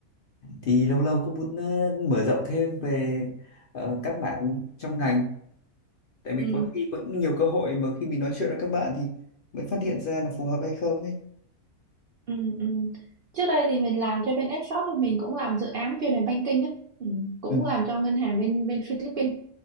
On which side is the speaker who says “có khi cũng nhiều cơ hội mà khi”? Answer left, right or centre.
Left